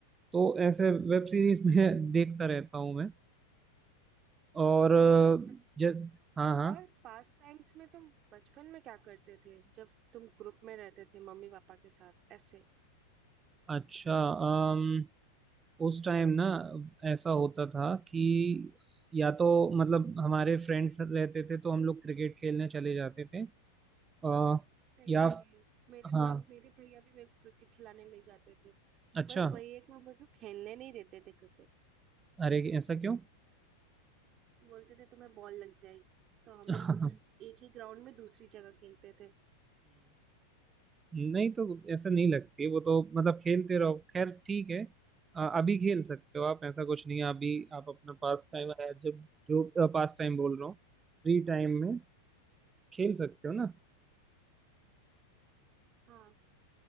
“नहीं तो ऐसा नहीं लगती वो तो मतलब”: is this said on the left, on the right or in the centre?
Right